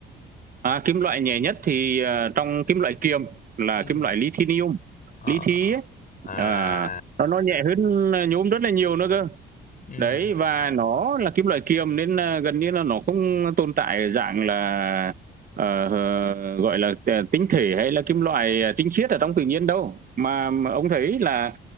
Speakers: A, on the right; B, on the left.
A: à, kim loại nhẹ nhất thì ờ, trong kim loại kiềm là
B: ừ
A: kim loại lithium
B: ờ
A: lithium
B: ờ.
A: ấy,
B: à, à,
A: à,
B: à.
A: nó nó nhẹ hơn nhôm rất là nhiều nữa cơ
B: ừ
A: Đấy, và nó là kim loại kiềm nên ờ, gần như là nó không tồn tại dạng là, ờ, ờ, gọi là, t tinh thể hay là kim loại, à, tinh khiết ở trong tự nhiên đâu. Mà mà ông thấy là